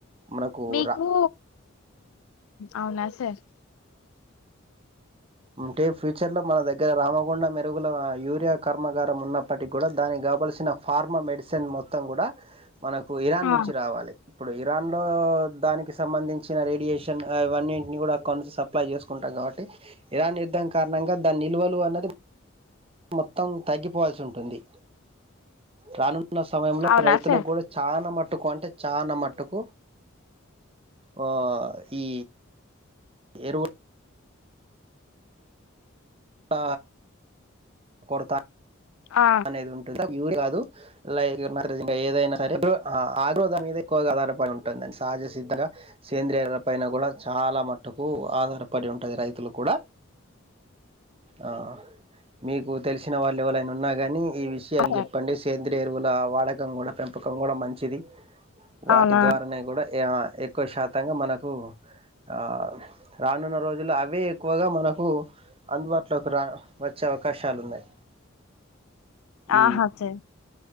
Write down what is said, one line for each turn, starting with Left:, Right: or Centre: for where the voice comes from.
Right: మనకు
Left: మీకు
Right: రా
Left: అవునా సార్
Right: అంటే ఫ్యూచర్ లో మన దగ్గర రామగుండం మెరుగుల యూరియా కర్మాగారం ఉన్నప్పటికి కూడా దానికి కావలసిన ఫార్మా మెడిసిన్ మొత్తం కూడా మనకు ఇరాన్
Left: ఆ
Right: నుంచి రావాలి ఇప్పుడు ఇరాన్ లో దానికి సంబంధించిన రేడియేషన్ అవన్నింటిని కూడా కొనసా అప్లై చేసుకుంటాం కాబట్టి ఇరాన్ యుద్ధం కారణంగా దాని నిల్వలు అన్నది మొత్తం తగ్గిపోవాల్సి ఉం తుంది రానున్న సమయంలో
Left: అవునా
Right: రైతులకు
Left: సార్
Right: కూడా చాలా మట్టుకు అంటే చానా మట్టుకు ఓ ఈ ఎరువు ఆ కొరత
Left: ఆ
Right: అనేది ఉంటుందా యూరి కాదు లైన్ గా నా ఏదైనా సరే బ్రో ఆగ్రో దాని మీద ఎక్కువగా ఆధారపడి ఉంటుందిని సహజ సిద్ధంగా సేంద్రియాల పైన కూడా చాలా మట్టుకు ఆధారపడి ఉంటది రైతులు కూడా ఆ మీకు తెలిసిన వాళ్ళు ఏవాళైనా ఉన్నా కాని ఈ విషయం
Left: సార్
Right: చెప్పండి సేంద్రయ ఎరువుల వాడకం కూడా పెంపకం కూడా మంచిది వాటి
Left: అవునా
Right: ద్వారానే కూడా ఎక్కువ శాతంగా మనకు ఆ రానున్న రోజుల్లో అవే ఎక్కువగా మనకు అందుబాటులోకి రా వచ్చే అవకాశాలు ఉన్నాయి ఈ
Left: ఆహా సార్